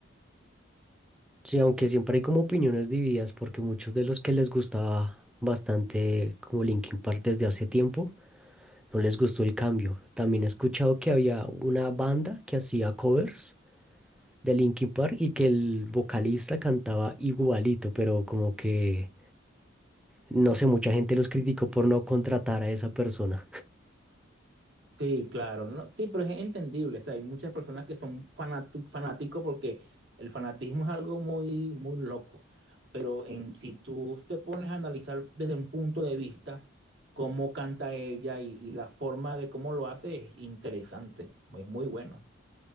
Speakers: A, in the centre; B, on the right.
A: Sí, aunque siempre hay como opiniones divididas, porque muchos de los que les gustaba bastante como Linkin Park desde hace tiempo, no les gustó el cambio. También he escuchado que había una banda que hacía covers de Linkin Park y que el vocalista cantaba igualito, pero como que, no sé, mucha gente los criticó por no contratar a esa persona.
B: Sí, claro, no, sí, pero es entendible. O sea, hay muchas personas que son fanatu- fanáticos porque el fanatismo es algo muy, muy loco. Pero en, si tú te pones a analizar desde un punto de vista cómo canta ella y, y la forma de cómo lo hace es interesante, es muy bueno.